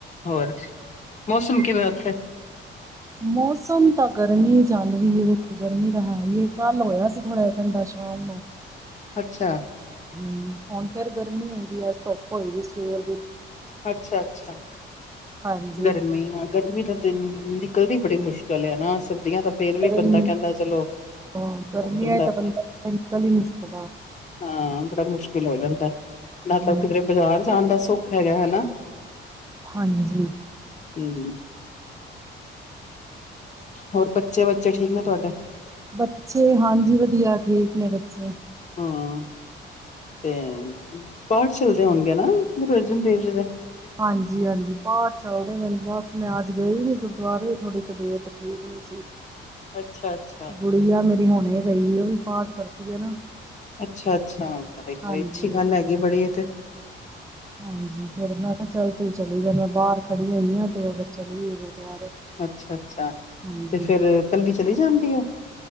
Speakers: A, on the left; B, on the right.
A: ਹੋਰ ਮੌਸਮ ਕਿਵੇਂ ਉੱਥੇ
B: ਮੌਸਮ ਤਾਂ ਗਰਮੀ ਚੱਲ ਰਹੀ ਹੈ ਦੇੇਖੋ ਗਰਮੀ ਤਾਂ ਹੈ ਹੀ ਕੱਲ ਹੋਇਆ ਸੀ ਥੋੜ੍ਹਾ ਜਿਹਾ ਠੰਡਾ ਸ਼ਾਮ ਨੂੰ
A: ਅੱਛਾ
B: ਹਮ ਹੁਣ ਫੇਰ ਗਰਮੀ ਹੋਈ ਦੀ ਅੱਜ ਧੁੱਪ ਹੋਈ ਸਵੇਰ ਦੀ
A: ਅੱਛਾ ਅੱਛਾ
B: ਹਾਂਜੀ
A: ਗਰਮੀ ਆ ਗਰਮੀ ਦਾ ਦਿਨ ਨਿਕਲਦੀ ਬੜੀ ਮੁਸ਼ਕਿਲ ਹੈ ਨਾ ਅਸਲ ਵ ਫੇਰ ਵੀ
B: ਗਰਮ
A: ਬੰਦਾ ਕਹਿੰਦਾ ਚਲੋ
B: ਹਾਂ, ਗਰਮੀ
A: ਹੋ ਜਾਂਦਾ
B: ਹੈ ਤਾਂ ਬੰਦਾ ਨਿਕਲ ਹੀ ਨਹੀਂ ਸਕਦਾ
A: ਹਾਂ ਬੜਾ ਮੁਸ਼ਕਿਲ ਕਿਲ ਹੋੁੰ ਤਾਂ ਨਾ
B: ਹਮ
A: ਤਾਂ ਕਿਧਰੇ ਬਾਜ਼ਾਰ ਜਾਣ ਦਾ ਭੁੱਖ ਹੈਗ ਹਨਾ
B: ਹਾਂਜੀ
A: ਹਮ ਹੋਰ ਬੱਚੇ ਬੱਚੇ ਠੀਕ ਨੇ ਤੁਹਾਡੇ
B: ਬੱਚੇ ਹਾਂਜੀ ਵਧੀਆ ਠੀਕ ਨੇ ਬੱਚੇ
A: ਹਾਂ ਤੇ ਪਾਠ ਚਲਦੇ ਹੋਣਗੇ ਨਾ ਗੁਰੂ ਅਰਜਨ ਦੇਵ ਜੀ ਦੇ
B: ਹਾਂਜੀ ਹਾਂਜੀ ਪਾਠ ਚੱਲਦੇ ਮੈਨੂੰ ਬਸ ਮੈਂ ਅੱਜ ਗਈ ਨੀ ਗੁਰਦੁਆਰੇ ਥੋੜ੍ਹੀ ਤਬੀਅਤ ਠੀਕ ਨਹੀਂ ਸੀ
A: ਅੱਛਾ ਅੱਛਾ
B: ਗੁੜੀਆ ਆ ਮੇਰੀ ਹੁਣੇ ਗਈ ਉਹ ਵੀ ਪਾਠ ਕਰਦੀ ਹੈ ਨਾ
A: ਅੱਛਾ ਅੱਛਾ ਬੜ
B: ਹਾਂਜੀ
A: ਬੜੀ ਅੱਛੀ ਗੱਲ ਹੈਗੀ ਬੜੀ ਇਹਥੇ
B: ਹਾਂਜੀ ਫੇਰ ਮੈਂ ਕਿਹਾ ਚੱਲ ਤੂੰ ਚਲੀ ਜਾ ਮੈਂ ਬਾਹਰ ਖੜੀਆਂ ਹੋਈਆਂ ਤੇ ਉਹ ਚਲੀ ਗੁਰਦੁਆਰੇ
A: ਅੱਛਾ ਅੱਛਾ
B: ਹਾਂਜੀ
A: ਤੇ ਫੇਰ ਕੱਲੀ ਚਲੀ ਜਾਂਦੀ ਉਹ